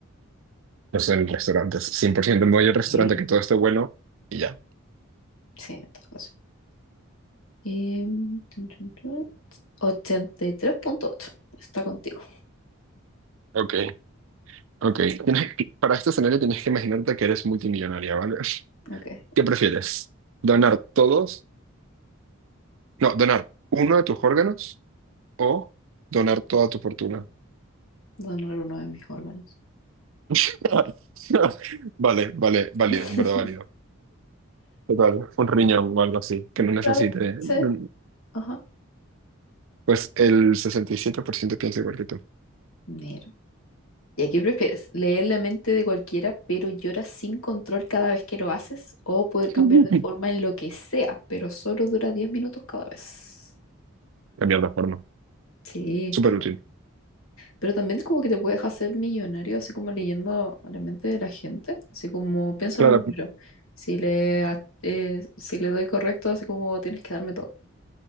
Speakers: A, on the right (about 65°); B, on the left (about 75°).
A: Pues en restaurantes, 100% me voy al restaurante
B: Eh,
A: que todo esté bueno y ya.
B: Sí, en todo caso. Em, tun, tun, tun. 83.8. Está contigo.
A: Ok, ok. Tienes que- para este escenario tienes que imaginarte que eres multimillonaria, ¿vale?
B: Ok.
A: ¿Qué prefieres? ¿Donar todos? No, donar uno de tus órganos o donar toda tu fortuna.
B: Donar uno de mis órganos.
A: <laughs> Vale, vale, válido,
B: <laughs>
A: en verdad válido. Total, un riñón o algo así, que no necesite.
B: Claro, sí.
A: no,
B: Ajá.
A: Pues el 67% piensa igual que tú.
B: Mira. ¿Y aquí prefieres? ¿Leer la mente de cualquiera, pero lloras sin control cada vez que lo haces? ¿O poder
A: <laughs>
B: cambiar de forma en lo que sea, pero solo dura 10 minutos cada vez?
A: Cambiar de forma.
B: Sí,
A: Súper
B: tú
A: útil.
B: Pero también como que te puedes hacer millonario así como leyendo la mente de la gente, así como pienso
A: Claro,
B: en un número. Si le, a- eh, si le doy correcto, así como tienes que darme todo.